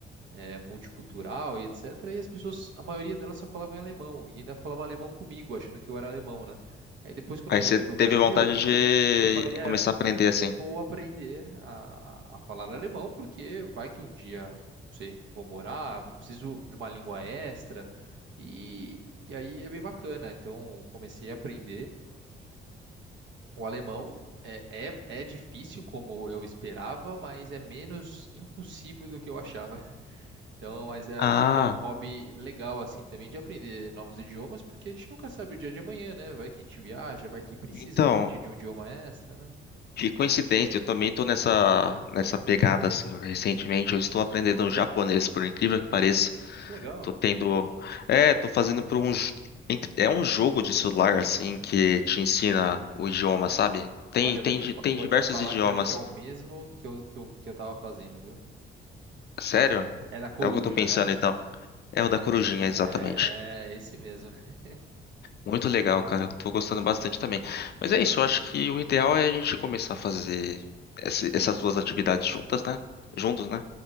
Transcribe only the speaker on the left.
Aí
você teve
vontade de
começar a aprender assim.
Ah,
então,
que coincidência, eu também tô nessa, nessa pegada, assim, recentemente. Eu estou aprendendo japonês, por incrível que pareça.
Tô tendo. É, tô fazendo por um. j- ent- É um jogo de celular, assim, que te ensina o idioma, sabe? Tem,
tem,
di-
tem
diversos
idiomas.
Sério?
É o que eu tô pensando,
então. É o da corujinha, exatamente.
Muito legal, cara. Eu tô gostando bastante também. Mas é isso, eu acho que o ideal é a gente começar a fazer esse- essas duas atividades juntas, né? Juntos, né?